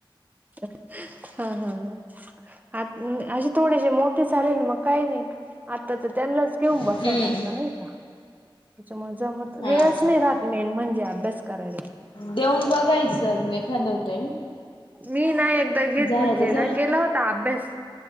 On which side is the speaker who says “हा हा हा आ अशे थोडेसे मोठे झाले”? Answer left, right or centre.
Right